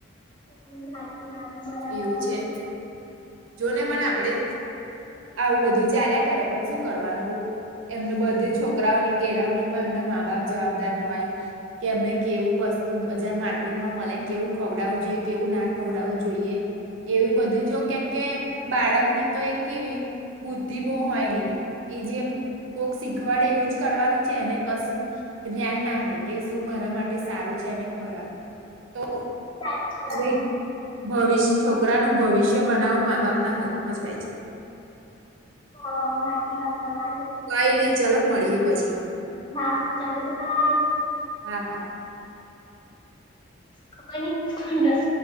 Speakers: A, on the left (about 25°); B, on the right (about 70°).
A: હા, સાચી વાત બરાબર
B: એવું
A: તમારી
B: છે જોને પણ આપણે આવું બધું ચાલ્યા કરે, પણ શું કરવાનું હો. એમને બધે જ છોકરાઓની કેળવણીમાં એમના મા બાપ જવાબદાર હોય. કે એમને કેવું વસ્તુ બજાર માર્કેટમાં મળે કેવું ખવડાવું જોઈએ કેવું ના ખવડાવું જોઈએ એવી બધું જો કેમ કે બાળકની તો એક કેવી બુદ્ધિ બો હોય એ જેમ કોક શીખવાડે એવું જ કરવાનું છે એને કશું જ્ઞાન ના હોય કે શું મારા માટે સારું છેને બરાબર તો
A: સાચી
B: હવે
A: વાત
B: ભવિષ્ય છોકરાનું ભવિષ્ય કે બનાવું મા બાપના હાથમાં જ હોય છે
A: હ સાચી વાત તમારી
B: કઈ નઈ ચાલ મળીએે પછી
A: હા હા ચાલ છે બરા આજ
B: હા હા
A: ખબર ની ખંડ